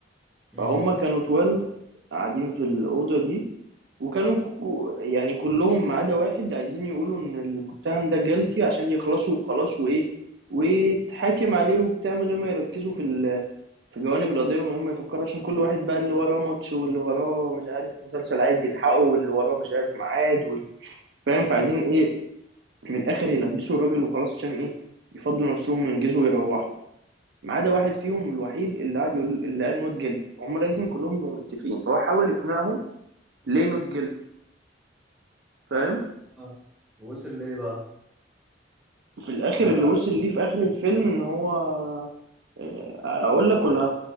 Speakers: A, in the centre; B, on the right.
A: امم
B: فهم كانوا 12 قاعدين في الاوضه دي وكانوا كو- يعني كلهم ما عدا واحد عايزين يقولوا ان المتهم ده جيلتي عشان يخلصوا وخلاص وايه ويتحاكم عليه وبتاع من غير ما يركزوا في ال... في جوانب القضيه من غير ما يفكروا عشان كل واحد بقى اللي وراه ماتش واللي وراه مش عارف مسلسل عايز يلحقه واللي وراه مش عارف ميعاد وال... فاهم فعايزين ايه من الاخر يلبسوا الراجل وخلاص عشان ايه يفضوا نفسهم وينجزوا ويروحوا ما عدا واحد فيهم الوحيد اللي قعد يقول اللي قال نوت جيلتي فهم لازم كلهم يبقوا متفقين فهو حاول يقنعهم ليه نوت جيلتي فاهم
A: اه وصل ليه بقى
B: في الاخر
A: ولا
B: اللي وصل ليه في اخر الفيلم ان هو آه، اقول لك ولا